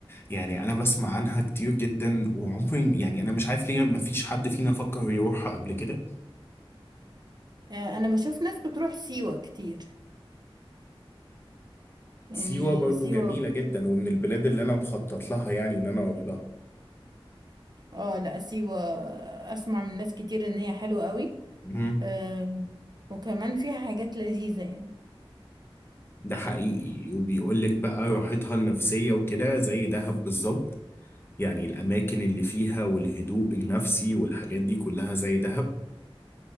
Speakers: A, on the left; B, on the right.
A: يعني انا بسمع عنها كتير جدا وعمري يعني انا مش عارف ليه ما فيش حد فينا فكر يروحها قبل كده
B: آه انا بشوف ناس بتروح سيوة كتير يعني
A: سيوه برضو
B: سيوة
A: جميله جدا ومن البلاد اللي انا مخطط لها يعني ان انا اروح لها
B: اه لا سيوة اسمع من ناس كتير ان هي حلوة قوي
A: مم.
B: آه وكمان فيها حاجات لذيذة يعني
A: ده حقيقي وبيقول لك بقى راحتها النفسيه وكده زي دهب بالظبط يعني الأماكن اللي فيها والهدوء النفسي والحاجات دي كلها زي دهب